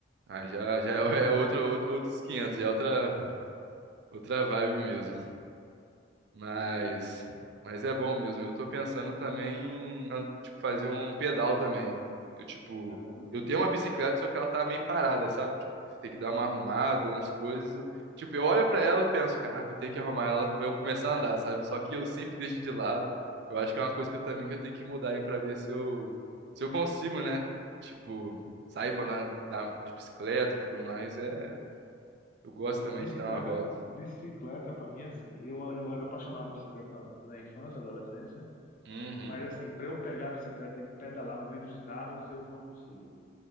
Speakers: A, on the right; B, on the left.
A: Ah, já, já é outro, outro- outros 500 já é outra, outra vibe mesmo. Mas,
B: Pois é.
A: mas é bom mesmo. Eu tô pensando também em, an- tipo, fazer um pedal também. Eu, tipo,
B: É bom.
A: eu tenho uma bicicleta, só que ela tá meio parada, sabe? Tipo, você tem que dar uma arrumada nas coisas. Tipo, eu olho pra ela e penso, caraca, eu tenho que arrumar ela pra eu começar a andar, sabe? Só que eu sempre deixo de lado. Eu acho que é uma coisa que eu também que eu tenho que mudar aí pra ver se eu, se eu consigo, né? Tipo, sair pra andar, andar de bicicleta e tudo mais. É, eu gosto
B: A
A: também
B: Bicicleta,
A: de dar uma volta.
B: bicicleta para mim, é assim, eu, eu era apaixonado de bicicleta na infância, adolescência,
A: Uhum.
B: mas assim, para eu pegar a bicicleta e pedalar no meio dos carros, eu não consigo.